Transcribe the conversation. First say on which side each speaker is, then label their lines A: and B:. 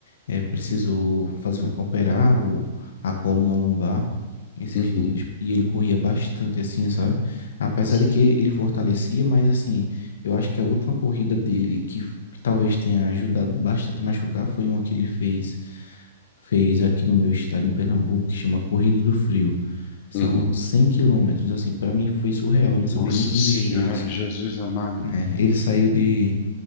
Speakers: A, on the left; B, on the left.
A: é, precisou fazer um, operar o, a coluna lombar esses
B: Uhum,
A: dias e ele corria bastante assim, sabe? Apesar
B: sim.
A: de que ele fortalecia, mas assim, eu acho que a última corrida dele que, f- que talvez tenha ajudado bastante a machucar foi uma que ele fez fez aqui no meu estado em Pernambuco, que chama Corrida do Frio. São
B: Uhum.
A: 100 quilômetros, assim, para mim foi surreal, eu não sabia
B: Nossa
A: nem que
B: Senhora,
A: existia isso.
B: Jesus amado.
A: né? ele saiu de